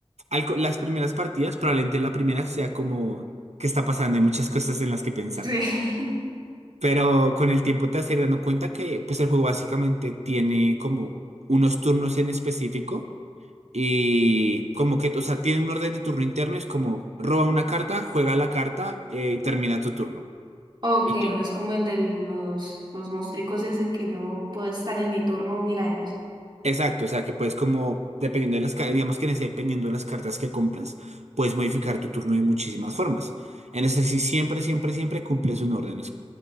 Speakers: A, on the right; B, on the right.
A: al co- las primeras partidas, probablemente la primera sea como, ¿qué está pasando? Hay muchas cosas en las que pensar.
B: Sí. <laughs>
A: Pero con el tiempo te vas a ir dando cuenta que pues el juego básicamente tiene como unos turnos en específico y como que, o sea, tiene un orden de turno interno, es como roba una carta, juega la carta eh, y termina tu turno.
B: Ok,
A: Y ya.
B: no es como el de los, los mostricos ese que yo puedo estar en mi turno mil años.
A: Exacto, o sea que puedes como, dependiendo de las, ca- digamos que en ese, dependiendo de las cartas que compras, puedes modificar tu turno de muchísimas formas. En ese sí siempre, siempre, siempre cumples un orden. Es